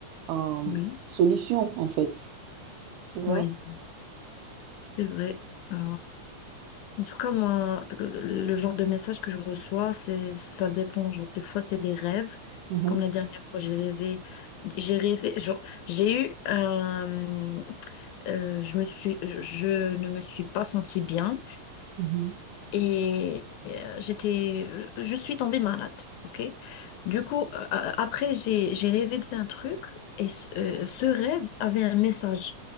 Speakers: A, on the right (about 85°); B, on the left (about 80°).
A: euh,
B: Oui,
A: solution, en fait. Tu vois?
B: oui, c'est vrai. Euh, En tout cas, moi, le le genre de message que je reçois, c'est, ça dépend. Genre, des fois, c'est des rêves.
A: Mhm,
B: Comme la dernière fois, j'ai rêvé, j'ai rêvé, genre, j'ai eu un, euh, je me suis, je je ne me suis pas sentie bien
A: mhm,
B: et euh, j'étais, je suis tombée malade, ok? Du coup, euh, après, j'ai, j'ai rêvé d'un truc et ce euh, ce rêve avait un message.